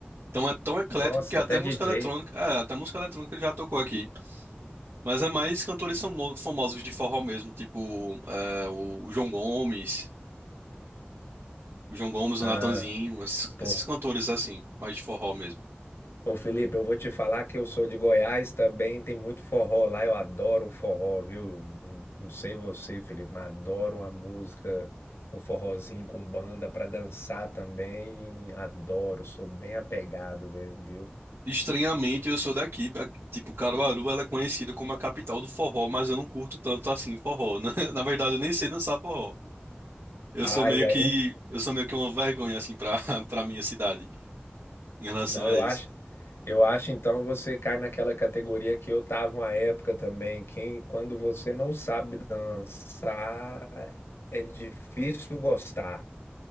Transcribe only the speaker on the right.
Então é tão eclético
que até
música
eletrônica, é, até música eletrônica ele já tocou aqui. Mas é mais cantores famo- famosos de forró mesmo, tipo é, o João Gomes, o João Gomes,
o Natanzinho, esses,
esses cantores assim, mais de forró mesmo.
Estranhamente, eu sou daqui, ba- tipo, Caruaru, ela é conhecida como a capital do forró, mas eu não curto tanto assim forró, né? <laughs> Na verdade, eu nem sei dançar forró. Eu
sou meio
que, eu sou meio que uma vergonha assim para <laughs> para minha cidade em relação
a
isso.